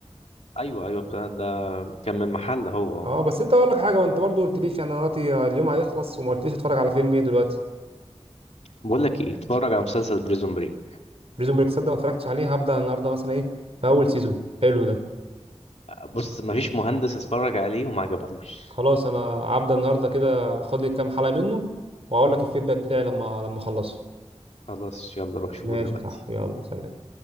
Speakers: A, on the left (about 75°); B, on the right (about 60°).
A: ايوه ايوه بتاع ده كان من محل هو اه
B: اه بس انت اقول لك حاجة ما انت برضو قلت ليش يعني انا دلوقتي اليوم هيخلص وما قلتليش اتفرج على فيلم ايه دلوقتي
A: بقول لك ايه اتفرج على مسلسل بريزون بريك
B: بريزون بريك صدق ما اتفرجتش عليه هبدأ النهارده مثلا ايه في اول سيزون حلو ده
A: بص مفيش مهندس اتفرج عليه وما عجبهوش
B: خلاص انا هبدأ النهارده كده خد لي كام حلقة منه واقول لك الفيدباك بتاعي لما لما اخلصه
A: خلاص يلا روح شوفه
B: ماشي
A: دلوقتي
B: يا صاحبي يلا سلام